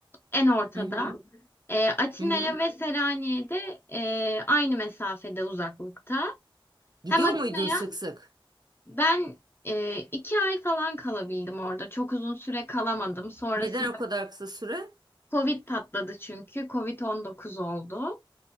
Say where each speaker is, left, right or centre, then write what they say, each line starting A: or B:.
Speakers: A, on the left; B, on the right.
A: en ortada.
B: Hı hı.
A: E, Atina'ya
B: Hı hı.
A: ve Selanik'e de e, aynı mesafede uzaklıkta.
B: Gidiyor
A: Hem Atina'ya
B: muydun sık sık?
A: Ben e, iki ay falan kalabildim orada. Çok uzun süre kalamadım. Sonrasında
B: Neden o kadar kısa süre?
A: Covid patladı çünkü. Covid-19 oldu.